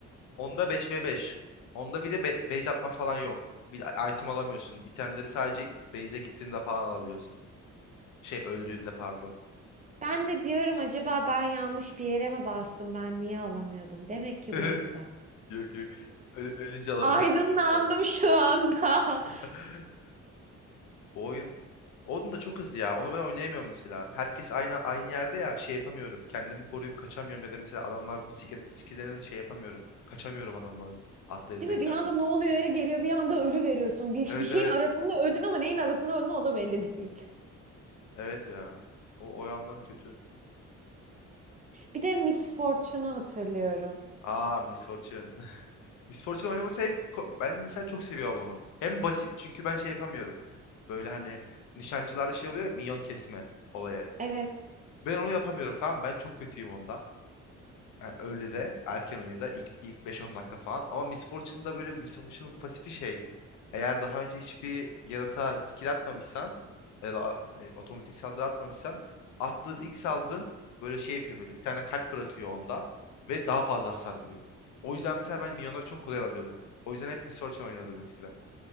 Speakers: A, on the left; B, on the right.
A: Onda beş ve beş, Onda bir de be- base atma falan yok. Bir de item alamıyorsun. İtemleri sadece base'e gittiğinde falan alabiliyorsun. Şey öldüğünde pardon.
B: ben de diyorum acaba ben yanlış bir yere mi bastım ben niye alamıyordum? Demek ki
A: <laughs>
B: bu yüzden.
A: Yok yok. Öl- ölünce alabiliyorsun.
B: Aydınlandım
A: <laughs> Sağ ol.
B: şu anda.
A: <laughs>
B: <laughs>
A: O oyun onun da çok hızlı ya. Onu ben oynayamıyorum mesela. Herkes aynı aynı yerde ya şey yapamıyorum. Kendimi koruyup kaçamıyorum ya da mesela adamların skill, skill'lerini şey yapamıyorum. Kaçamıyorum adamların attığı yeteneklerden.
B: Değil mi? Bir anda ne oluyor ya geliyor bir anda ölü veriyorsun. Bir,
A: Evet
B: bir şeyin
A: evet.
B: arasında öldün ama neyin arasında öldün o da belli değil.
A: Evet ya. O o yandan kötü.
B: Bir de Miss Fortune'u hatırlıyorum.
A: Aa Miss Fortune. Miss Fortune oynaması hem ko- ben mesela çok seviyorum onu. Hem basit çünkü ben şey yapamıyorum. Böyle hani nişancılarda şey oluyor ya, minyon kesme olayı.
B: Evet.
A: Ben onu yapamıyorum tamam mı? Ben çok kötüyüm onda. Yani early'de erken oyunda ilk ilk beş on dakika falan. Ama Miss Fortune'da böyle Miss Fortune'ın pasifi şey. Eğer daha önce hiçbir yaratığa skill atmamışsan ya da e, otomatik saldırı atmamışsan attığın ilk saldırın böyle şey yapıyor böyle bir tane kalp bırakıyor onda ve daha fazla hasar vuruyor. O yüzden mesela ben minyonları çok kolay alabiliyordum. O yüzden hep Miss Fortune oynuyordum eskiden.